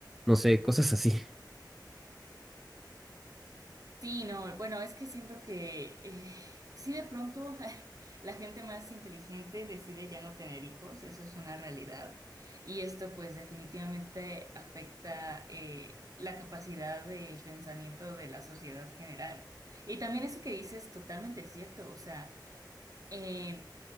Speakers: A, in the centre; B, on the right.
A: No sé, cosas así.
B: Sí, no, bueno, es que siento que eh, sí de pronto <laughs> la gente más inteligente decide ya no tener hijos, eso es una realidad. Y esto pues definitivamente afecta eh, la capacidad de pensamiento de la sociedad general. Y también eso que dices es totalmente cierto, o sea, eh,